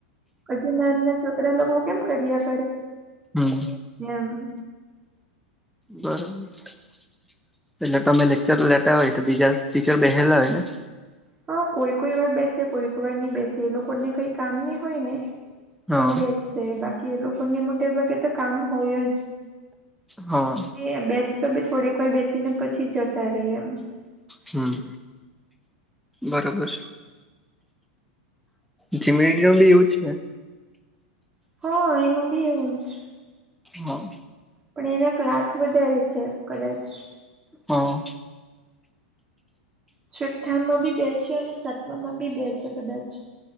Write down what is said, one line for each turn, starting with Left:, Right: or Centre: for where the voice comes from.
Right: હજુ નાન ના છોકરા લોકો કેમ કર્યા
Centre: હમ
Right: કરેમ.
Centre: બરોબર એટલે તમે લેક્ચર લેતા હોય તો બીજા ટીચર બેઠલા હોય ને.
Right: હ કોઈ કોઈ વાર બેસે કોઈ કોઈાર નિ બેસે એ લોકોને કઈ કામ ન હોય ને.
Centre: હા
Right: તો બેસ છે બાકી એ લોકોને મોટે ભાગે તો કામ હોય જ.
Centre: હા.
Right: એ બેસી તો બી થોડીક વાર બેસી ને પછી જતા રહી એમ.
Centre: હમ બરાબર. જીમડિયમ બી યુજ.
Right: હા એનું બી હું છે.
Centre: હા.
Right: પણ એના ક્લાસ વધારે છે કદાચ.
Centre: હા.
Right: છઠ્ઠામાં બી બે છે અને સાતમામાં બી બે છે કદાચ.